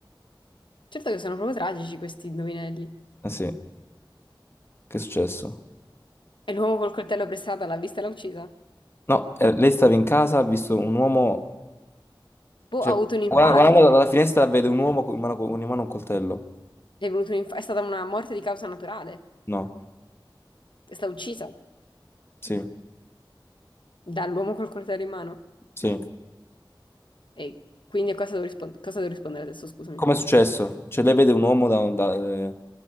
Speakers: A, on the left; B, on the left.
A: Certo che sono proprio tragici questi indovinelli.
B: Eh sì, che è successo?
A: E l'uomo col coltello pressato l'ha vista e l'ha uccisa?
B: No, eh, lei stava in casa, ha visto un uomo...
A: Boh,
B: Cioè,
A: ha avuto un infarto.
B: guarda- Vabbè, guardando dalla finestra vede un uomo con in mano, con in mano un coltello.
A: È, venuto un inf- è stata una morte di causa naturale.
B: No,
A: È stata uccisa
B: sì,
A: dall'uomo col coltello in mano.
B: sì.
A: E quindi a cosa devo, rispon- cosa devo rispondere adesso, scusami?
B: Com'è successo? Cioè, lei vede un uomo da... da- eh,